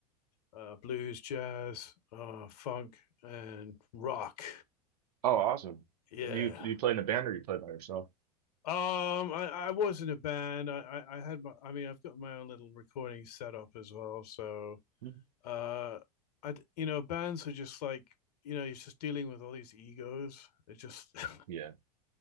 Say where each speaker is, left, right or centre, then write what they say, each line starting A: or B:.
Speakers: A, on the left (about 65°); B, on the right (about 65°).
A: uh, blues, jazz, uh, funk, and rock.
B: Oh, awesome.
A: Yeah.
B: Do you do you play in a band or you play by yourself?
A: Um, I, I was in a band. I, I, I had my, I mean, I've got my own little recording setup as well. So
B: Mhm.
A: uh i you know bands are just like you know he's just dealing with all these egos it just <laughs>
B: Yeah,